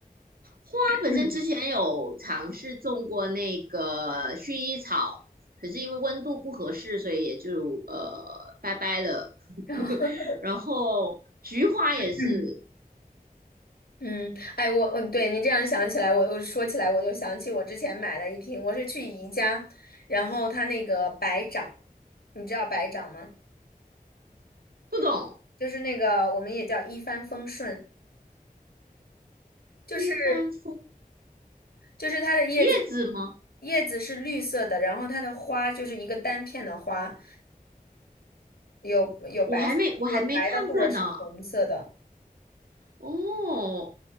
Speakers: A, on the right; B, on the left.
A: 花本身之前有尝试种过那个薰衣草，
B: 嗯
A: 可是因为温度不合适，所以也就呃拜拜了。<laughs>
B: <laughs>
A: 然后菊花也是
B: 嗯，嗯，哎，我我对你这样想起来，我我说起来，我就想起我之前买了一瓶，我是去宜家，然后它那个白掌，你知道白掌吗？
A: 不懂
B: 就是那个我们也叫一帆风顺，就是
A: 一帆风
B: 就是它的叶子，
A: 叶子吗？
B: 叶子是绿色的，然后它的花就是一个单片的花，有有白色有白的或者是红色的。
A: 我还没我还没看过呢。哦，